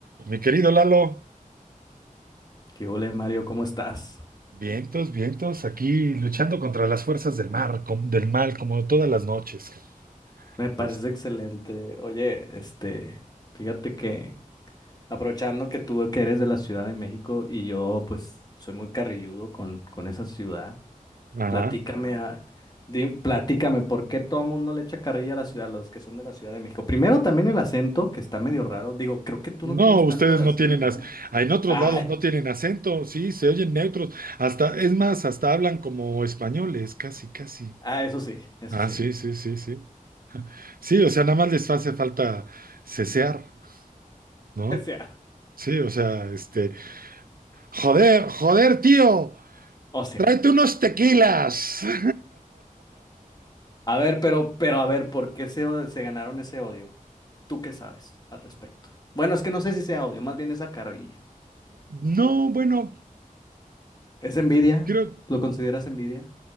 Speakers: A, on the right (about 85°); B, on the left (about 30°).
A: Mi querido Lalo,
B: ¿Qué ole, Mario? ¿Cómo estás?
A: vientos, vientos, aquí luchando contra las fuerzas del mar, com- del mal, como todas las noches.
B: Me parece
A: Este,
B: excelente. Oye, este, fíjate que aprovechando que tú que eres de la Ciudad de México y yo pues soy muy carrilludo con, con esa ciudad,
A: ajá.
B: platícame, a- di- platícame, ¿por qué todo el mundo le echa carrilla a la ciudad, los que son de la Ciudad de México? Primero también el acento, que está medio raro. Digo, creo que tú
A: No,
B: no tienes
A: ustedes
B: tanto el acento,
A: no tienen, as-
B: ¿eh?
A: ah, en otros
B: Ay,
A: lados no tienen acento, sí, se oyen neutros, hasta, es más, hasta hablan como españoles, casi, casi.
B: ah, eso sí, eso
A: Ah,
B: sí.
A: sí, sí, sí, sí. Sí, o sea, nada más les hace falta cesear, ¿no?
B: <laughs> O sea,
A: Sí, o sea, este, joder, joder, tío,
B: o
A: tráete unos tequilas. <laughs>
B: A ver, pero, pero a ver, ¿por qué se, o- se ganaron ese odio? ¿Tú qué sabes al respecto? Bueno, es que no sé si sea odio, más bien esa carrilla.
A: No, bueno,
B: ¿Es envidia?
A: creo,
B: ¿Lo consideras envidia?